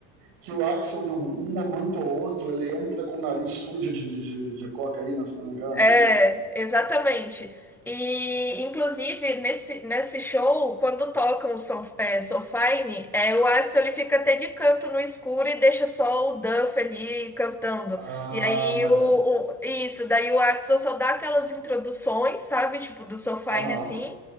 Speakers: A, on the right; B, in the centre.
A: que o Axel, em algum- um momento ou outro, ele entra com o nariz sujo de, de, de, de cocaína, se não me engano,
B: É,
A: não é isso?
B: exatamente. E, inclusive, nesse, nesse show, quando tocam so, é, So é, o Axl ele fica até de canto no escuro e deixa só o Duff ali cantando.
A: Ah,
B: E aí,
A: maneiro.
B: o, o- isso, daí o Axl só dá aquelas introduções, sabe? Tipo, do So
A: Aham.
B: assim.